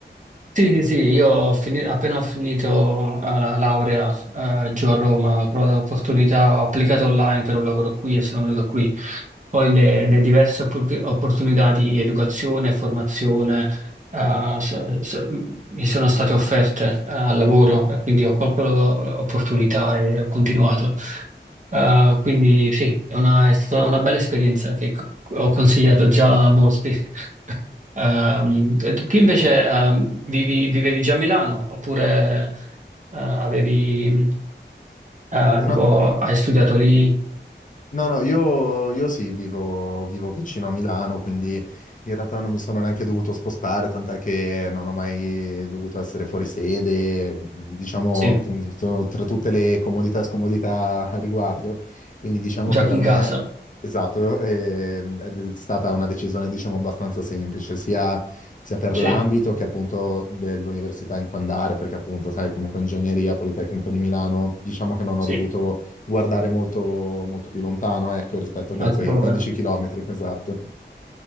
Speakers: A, on the right; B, on the left.
A: Sì, sì, sì, io ho fini- appena ho finito eh, la laurea eh, giù a Roma, ho trovato l'opportunità, ho applicato online per un lavoro qui e sono venuto qui. Poi le, le diverse oppor- opportunità di educazione e formazione eh, so- so- mi sono state offerte eh, al lavoro e quindi ho colto l'opportunità e ho continuato. Eh, quindi sì, è una- è stata una bella esperienza che c- ho consigliato già a molti. Ehm, e tu invece ehm, vivi- vivevi già a Milano oppure eh, avevi, eh,
B: No.
A: tipo, hai studiato lì?
B: No, no, io, io sì, vivo, vivo vicino a Milano, quindi in realtà non mi sono neanche dovuto spostare, tant'è che non ho mai dovuto essere fuori sede, mhmm, diciamo,
A: Sì,
B: t- t- tra tutte le comodità e scomodità a riguardo. Quindi diciamo
A: giochi
B: che per
A: in
B: me,
A: casa?
B: esatto, eh, è stata una decisione, diciamo, abbastanza semplice, sia, sia per
A: Sì,
B: l'ambito che appunto dell'università in cui andare, perché appunto, sai, comunque ingegneria, Politecnico di Milano, diciamo che non
A: sì,
B: ho dovuto guardare molto, molto più lontano, ecco, rispetto che
A: altrove.
B: a quei 15 km, <laughs> esatto.